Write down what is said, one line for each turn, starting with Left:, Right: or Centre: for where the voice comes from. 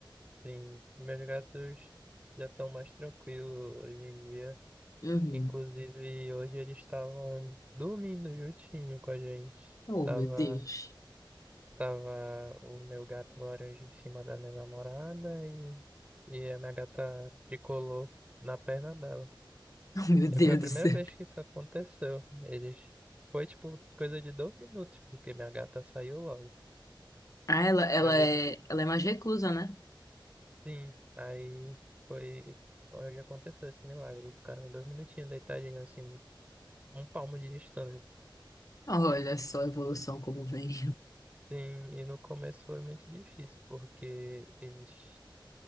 Right: Sim, meus gatos já estão mais tranquilos hoje em dia.
Left: Uhum.
Right: Inclusive, hoje eles estavam dormindo juntinho com a gente.
Left: Oh,
Right: Tava
Left: meu Deus. <laughs>
Right: Tava o meu gato laranja em cima da minha namorada e, e a minha gata tricolou na perna dela.
Left: Oh, meu
Right: E
Left: Deus
Right: foi a primeira
Left: do céu.
Right: vez que isso aconteceu. Eles. Foi tipo coisa de dois minutos, porque minha gata saiu logo.
Left: Ah, ela, ela
Right: Mas eles.
Left: é, ela é mais reclusa, né?
Right: Sim, aí foi. Hoje aconteceu esse milagre. Eles ficaram dois minutinhos deitadinhos assim, um palmo de distância.
Left: Olha só a evolução como vem.
Right: Sim, e no começo foi muito difícil, porque eles